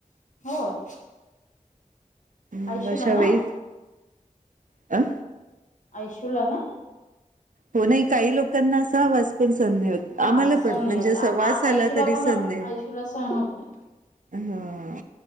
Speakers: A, on the left (about 60°); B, on the right (about 65°).
A: होय
B: मगाशा
A: आयशूला ना
B: वेळी का?
A: ऐशुला ना?
B: हो नाही, काही लोकांना असा वास पण सहन नाही होत.
A: हा
B: आम्हाला
A: सहन
B: पण
A: नाही
B: म्हणजे
A: होत आयशूला
B: वास आला तरी
A: पण
B: सहन नाही होत
A: आयशूला सहन होत नाही
B: हा